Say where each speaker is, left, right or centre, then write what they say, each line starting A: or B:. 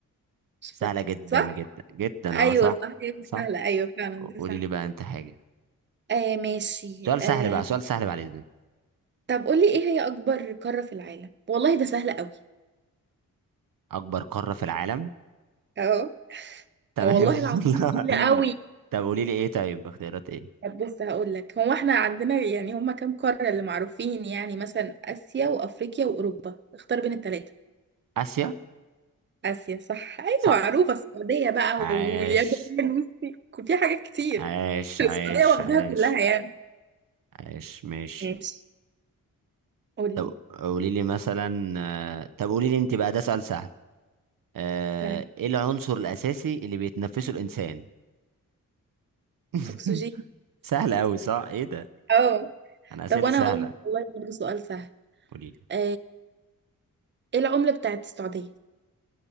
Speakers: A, on the right; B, on the right.
A: مش
B: سهلة
A: بقى
B: جدا
A: صح
B: جدا جدا
A: ايوه
B: اه صح
A: صح هي دي
B: صح
A: سهلة ايوه فعلا دي
B: قولي
A: صح
B: لي بقى انت حاجة
A: آه ماشي
B: سؤال سهل
A: آه
B: بقى سؤال سهل بعد اذنك
A: طب قولي ايه هي اكبر قارة في العالم والله ده سهل قوي
B: اكبر قارة في العالم
A: اهو
B: تمام
A: آه، والله
B: <laughs>
A: العظيم
B: والله
A: سهل قوي
B: طب قولي لي ايه طيب اختيارات ايه
A: طب بص هقول لك هو احنا عندنا يعني هما كام قارة اللي معروفين يعني مثلا اسيا وافريقيا واوروبا اختار بين الثلاثة
B: اسيا
A: آسيا صح أيوة
B: صح
A: معروفة السعودية بقى
B: عاش
A: واليابان والصين. في حاجات كتير
B: عاش
A: <laughs> السعودية
B: عاش
A: واخداها
B: عاش
A: كلها يعني
B: عاش ماشي
A: ماشي قولي
B: طب قولي لي مثلا آه، طب قولي لي انت بقى ده سؤال سهل آه،
A: طيب
B: ايه العنصر الاساسي اللي بيتنفسه الانسان <laughs>
A: أكسجين
B: سهل قوي صح ايه ده
A: اه
B: انا اسئلتي
A: طب وأنا
B: سهله
A: هقول لك والله برضه سؤال سهل
B: قولي لي
A: آه، إيه العملة بتاعت السعودية؟